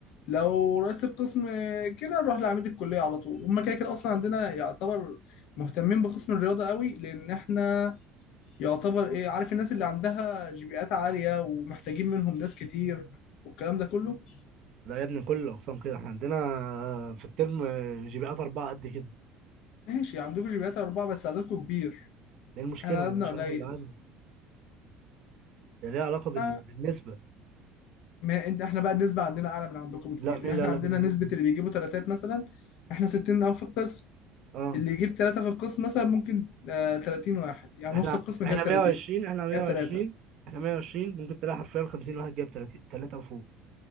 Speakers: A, on the left; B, on the right.
A: لو رئيس القسم كده نروح لعميد الكلية على طول هما كده كده اصلا عندنا يعتبر مهتمين بقسم الرياضة قوي لان احنا يعتبر ايه عارف الناس اللي عندها جي عالية ومحتاجين منهم ناس كتير والكلام ده كله
B: لا يا ابني كل الاقسام كده احنا عندنا في الترم جي بي ات اربعه قد كده
A: ماشي عندكم جي أربعة بس عددكم كبير
B: ايه المشكله
A: احنا عددنا
B: مالهاش
A: قليل
B: علاقه بالعدد هي ليها علاقه بال-
A: آه،
B: بالنسبه
A: ما انت احنا بقى النسبة عندنا أعلى من عندكم بكتير
B: لا مين
A: يعني
B: اللي
A: احنا
B: قال
A: عندنا
B: لك إن النسبه
A: نسبة اللي بيجيبوا تلاتات مثلا احنا 60 أو في القسم
B: اه
A: اللي يجيب تلاتة في القسم مثلا ممكن آه 30 واحد يعني
B: احنا
A: نص القسم
B: احنا
A: جاب 30
B: 120 احنا 120
A: جاب تلاتة
B: احنا 120 ممكن تلاقي حرفيا 50 واحد جاب 30 ثلاثه وفوق